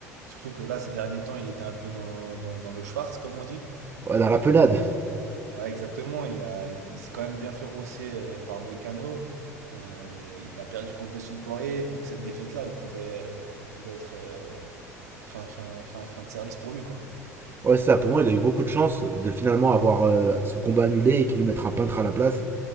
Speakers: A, on the right; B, on the right.
A: Surtout que là, ces derniers temps, il était un peu dans, dans, dans le Schwarz, comme on dit.
B: Ouais,
A: Donc,
B: dans la penade.
A: euh, ouais, exactement. Il a, il, il s'est quand même bien fait rosser euh, par Moïcano. Euh, il a perdu contre Dustin Poirier. Donc, cette défaite-là, elle pouvait, enfin, elle pouvait être euh, fin, fin, fin, fin de service pour lui, quoi.
B: Ouais, c'est ça. Pour moi, il a eu beaucoup de chance de finalement avoir euh, son combat annulé et qu'il lui mette un peintre à la place.